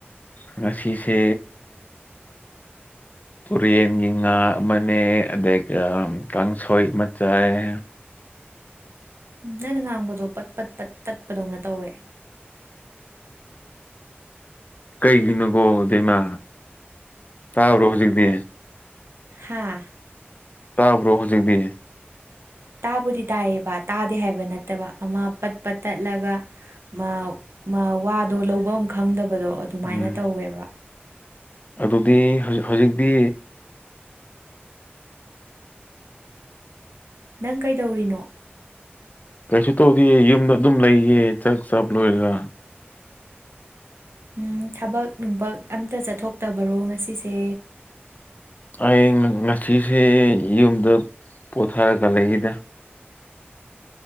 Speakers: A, on the left (about 40°); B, on the right (about 80°).
A: ꯉꯁꯤꯁꯦ ꯇꯨꯔꯦꯟꯒꯤ ꯉꯥ ꯃꯅꯦ ꯑꯗꯨꯒ ꯀꯥꯡꯁꯣꯏ ꯃꯆꯥꯥꯏ
B: ꯅꯪꯅ ꯉꯥꯡꯕꯗꯣ ꯄꯠ ꯄꯠ ꯄꯠ ꯇꯠꯄꯗꯧꯅ ꯇꯧꯋꯦ
A: ꯀꯩꯒꯤꯅꯣꯀꯣ ꯗꯩꯃꯥ ꯇꯥꯕ꯭ꯔꯣ ꯍꯧꯖꯤꯛꯇꯤ
B: ꯍꯥꯥ
A: ꯇꯥꯕ꯭ꯔꯣ ꯍꯧꯖꯤꯛꯕꯤ
B: ꯇꯥꯕꯨꯗꯤ ꯇꯥꯏꯌꯦꯕ ꯇꯥꯗꯦ ꯍꯥꯏꯕ ꯅꯠꯇꯕ ꯑꯃ ꯄꯠꯄꯠ ꯇꯠꯂꯒ ꯃꯥ ꯃꯥ ꯋꯥꯗꯣ ꯂꯧꯕꯝ ꯈꯪꯗꯕꯗꯣ ꯑꯗꯨꯃꯥꯏꯅ
A: ꯎꯝ
B: ꯇꯧꯋꯦꯕ
A: ꯑꯗꯨꯗꯤꯖꯤ ꯍꯧꯖꯤꯛꯇꯤ
B: ꯅꯪ ꯀꯩꯗꯧꯔꯤꯅꯣ
A: ꯀꯩꯁꯨ ꯇꯧꯗꯦ ꯌꯨꯝꯗ ꯑꯗꯨꯝ ꯂꯩꯌꯦ ꯆꯥꯛ ꯆꯕ ꯂꯣꯏꯔꯒ
B: ꯎꯝ ꯊꯕꯛ ꯅꯨꯡꯕꯛ ꯑꯝꯇ ꯆꯠꯊꯣꯛꯇꯕꯔꯣ ꯉꯁꯤꯁꯦ
A: ꯑꯩ ꯉꯁꯤꯁꯦ ꯌꯨꯝꯗ ꯄꯣꯊꯔꯒ ꯂꯩꯏꯅꯦ